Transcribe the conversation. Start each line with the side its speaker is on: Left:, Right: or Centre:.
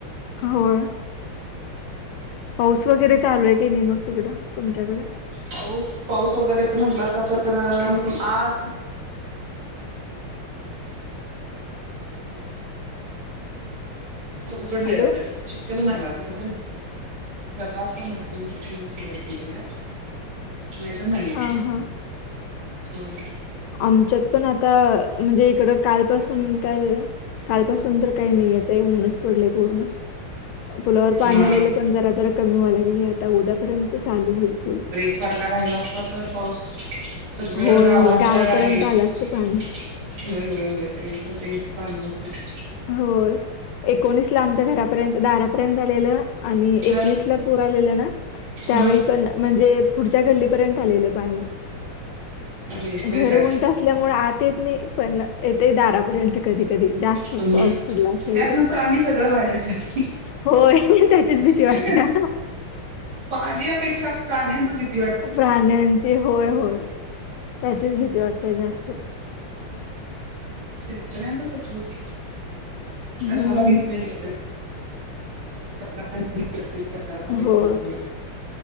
Left: होय. पाऊस वगैरे चालू आहे की नाही मग तिकडं तुमच्याकडं?
Right: पाऊस पाऊस वगैरे म्हंटलसा तर आज. तो उघडलेलाच
Left: हॅलो
Right: आहे. शक्यतो नाहीला कुठ तरी जरास मध्यंतरी <unintelligible> गेल्यात. नाही तर नाहीये
Left: हा हा
Right: हो.
Left: आमच्यात पण आता म्हणजे इकडं कालपासून काल कालपासून तर काही नाही याच आहे ऊनच पडलंय पूर्ण. पुलावर पाणी
Right: हा
Left: आलेलं पण जरा जरा कमी व्हाय, लागलं लागले आता उद्यापर्यंत चालू होईल पूल.
Right: सारखा राहिला असता तर पाऊस सगळं
Left: होय
Right: गावांच्या
Left: होय गावापर्यंत
Right: हे हो
Left: आलं असतं पाणी
Right: होय सगळीकडे तेच चालू होतं.
Left: होय एकोणीस ला आमच्या घरापर्यंत, दारापर्यंत आलेलं. आणि
Right: ह
Left: एकवीस ला पुर आलेला ना त्यावेळी
Right: ह
Left: पण म्हणजे पुढच्या गल्लीपर्यंत आलेलं पाणी
Right: अरे
Left: घरं
Right: होय काय
Left: उंच अस असल्यामुळे आत येत नाही पण येते दारापर्यंत कधी कधी जास्त
Right: पण
Left: पाऊस पडला असेल
Right: त्यातन
Left: तर
Right: प्राणी सगळं बाहेर येतात
Left: होय त्याचीच भीती
Right: होय
Left: वाटत्या.
Right: का ना पाण्यापेक्षा प्राण्याच भीत
Left: प्राण्यांची होय होय, त्याचीच भीती वाटते जास्त.
Right: शेतकऱ्यांच तसच
Left: हम्म
Right: कशाला भीत नाहीत का? <unintelligible>
Left: हो
Right: येत नाही.